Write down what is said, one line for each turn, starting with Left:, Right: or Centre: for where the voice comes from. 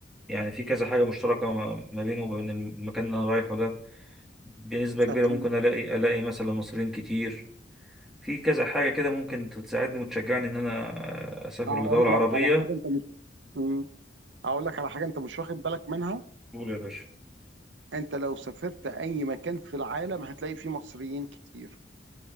Centre: يعني في كذا حاجة مشتركة ما ما بينه وبين المكان اللي أنا رايحه ده بنسبة كبيرة
Right: اكيد
Centre: ممكن ألاقي ألاقي مثلا مصريين كتير في كذا حاجة كده ممكن تساعدني وتشجعني إن أنا آه، أسافر
Right: اقول
Centre: لدولة
Right: لك
Centre: عربية
Right: على حاجه انت مش مم. اقول لك على حاجه انت مش واخد بالك منها
Centre: قول يا باشا
Right: انت لو سافرت اي مكان في العالم هتلاقي فيه مصريين كتير